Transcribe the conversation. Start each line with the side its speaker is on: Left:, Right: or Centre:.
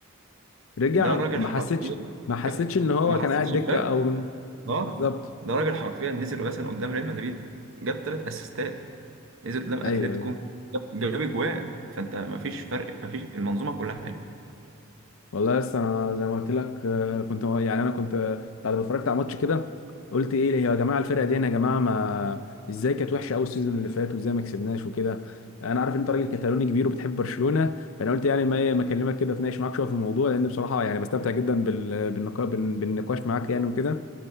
Left: رجع
Right: ده
Left: ما
Right: راجل حرفيا
Left: حسيتش ما حسيتش ان هو
Right: ما حصلش
Left: كان قاعد دكه
Right: فرق
Left: او
Right: اه
Left: بالظبط
Right: ده راجل حرفيا نزل مثلا قدام ريال مدريد جاب ثلاث اسيستات نزل قدام اتلتيكو
Left: ايوه ايوه
Right: جاب جاب اجوان فانت ما فيش فرق ما فيش المنظومه كلها حلوه
Left: والله لسه انا زي ما قلت لك آه، كنت يعني انا كنت آه، بعد ما اتفرجت على ماتش كده قلت ايه يا جماعه الفرقه دي انا يا جماعه ما ازاي كانت وحشه قوي السيزون اللي فات وازاي ما كسبناش وكده انا عارف ان انت راجل كتالوني كبير وبتحب برشلونه فانا قلت يعني ما إيه، ما اكلمك كده اتناقش معاك شويه في الموضوع لان بصراحه يعني بستمتع جدا بال... بالنقا... بالنقاش معاك يعني وكده